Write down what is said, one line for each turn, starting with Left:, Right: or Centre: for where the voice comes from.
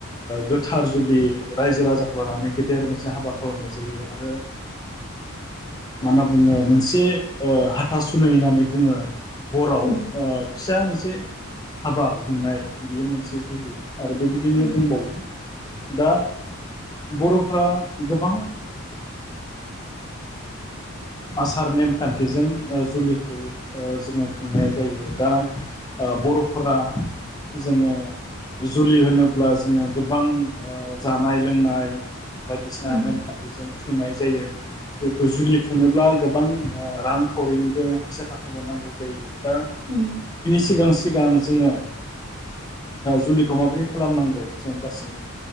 Left: गोथार जुलि रायजो राजाखौ लानानै गेदेर मोनसे हाबा खालामनाय जायो आरो माना बुङो मोनसे हाथा सुुनै होननानै बुङो। हराव
Right: उम
Left: ओ फिसा मोनसे हाबा खुंनाय बियो मोनसे जुलि आरो बेबायदिनो
Right: उम
Left: दंबावो दा बर'फोरा गोबां आसार नेमखान्थिजों जुलिखौ जोङो खुंनाय जायो दा बर'फोरा जोङो जुलि होनोब्ला जोङो गोबां जानाय -लोंनाय बायदिसिना
Right: उम
Left: नेमखान्थिजों खुंनाय जायो बे जुुलि खुङोब्ला गोबां रां खावरिनिबो फैसा थाखाब नांगौ जायो। दा
Right: उम
Left: सिगां -सिगां जोङो जुलिखौ माबोरै खालामनांगौ जों गासै